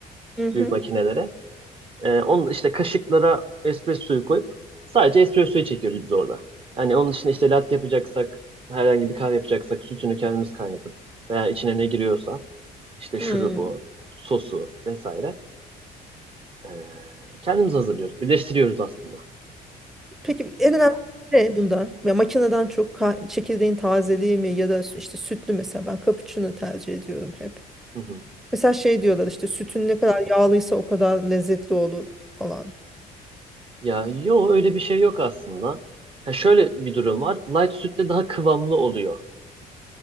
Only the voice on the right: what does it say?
büyük makinelere. E, onun işte kaşıklara espressoyu koyup sadece espressoyu çekiyoruz biz orada. Yani onun için işte latte yapacaksak, herhangi bir kahve yapacaksak sütünü kendimiz kaynatıp veya içine ne giriyorsa işte şurubu,
sosu vesaire e, kendimiz hazırlıyoruz. Birleştiriyoruz aslında.
Hı hı.
Ya yo öyle bir şey yok aslında. Ha, şöyle bir durum var. Light sütte daha kıvamlı oluyor.